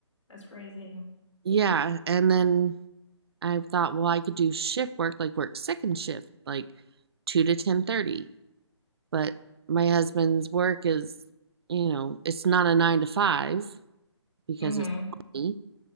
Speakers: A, on the left; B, on the right.
A: that's crazy.
B: Yeah, and then I thought, well, I could do shift work, like work second shift, like two to ten thirty. But my husband's work is, you know, it's not a nine to five because
A: hmm
B: it's me.